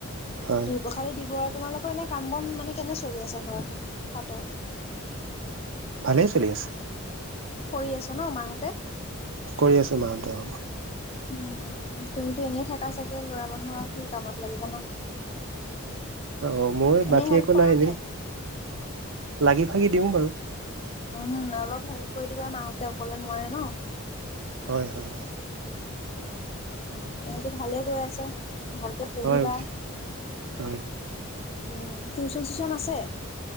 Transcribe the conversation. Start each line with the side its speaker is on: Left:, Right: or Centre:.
Right: হয়
Left: ধুই পখালি দিব আৰু তোমালোক এনে কাম বন মানে কেনে চলি আছে ঘৰত হাতৰ?
Right: ভালেই চলি আছে।
Left: কৰি আছে ন মাহঁতে
Right: কৰি আছে মাহতে।
Left: উম তুমিতো এনে থাকা চাগে লৰা মানুহ আও কি কামত লাগিবা ন?
Right: অ মোৰ
Left: এনেই
Right: বাকী
Left: হেল্প
Right: একো
Left: কৰা
Right: এনেই
Left: নাই?
Right: লাগি ভাগি দিওঁ বাৰু।
Left: উম অলপ হেল্প কৰি দিবা মাহঁতে অকলে নোৱাৰে ন।
Right: হয় হয়
Left: এনেতো ভালেই গৈ আছে, ভালকে পঢ়িবা।
Right: হয় হয়
Left: উম! টিউচন চিউচন আছে?